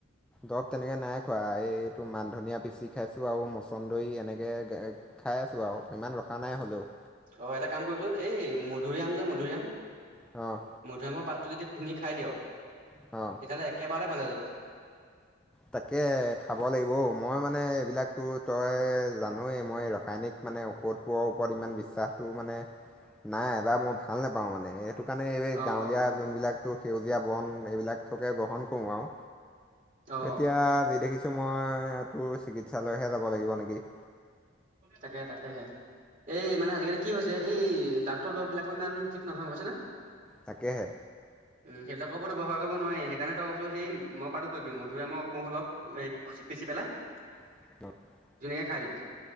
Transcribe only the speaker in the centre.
দৰৱ তেনেকৈ নাই খোৱা এইটো মান ধনিয়া পিচি খাইছোঁ আৰু মচন্দৰী এনেকৈ খাই আছোঁ আৰু, ইমান ৰখা নাই হ'লেওঁ।
অ'।
অ'।
তাকে খাব লাগিব, মই মানে এইবিলাকতো তই জানোৱেই মই ৰস ৰাসায়নিক মানে ঔষধ বোৰৰ ওপৰত ইমান বিশ্বাস টো মানে নাই বা মই ভাল নোপাওঁ মানে, সেইটো কাৰণে এই
গাঁৱলীয়া
যোনবিলাক টো সেউজীয়া বন এইবিলাককে গ্ৰহণ কৰোঁ আৰু।
এতিয়া যি দেখিছোঁ মই তোৰ চিকিৎসালয়হে যাব লাগিব নেকি?
তাকেহে।
ৰ <unintelligible>